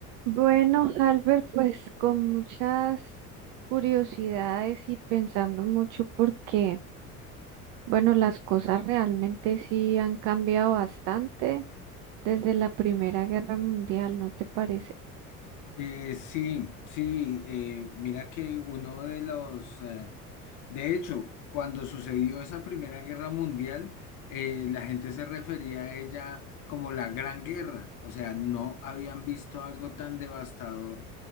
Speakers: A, on the right (about 45°); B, on the left (about 45°).
A: Bueno, Albert, pues con muchas curiosidades y pensando mucho porque, bueno, las cosas realmente sí han cambiado bastante desde la Primera Guerra Mundial, ¿no te parece?
B: Eh, sí, sí, eh, mira que uno de los eh, de hecho, cuando sucedió esa Primera Guerra Mundial, eh, la gente se refería a ella como la Gran Guerra, o sea, no habían visto algo tan devastador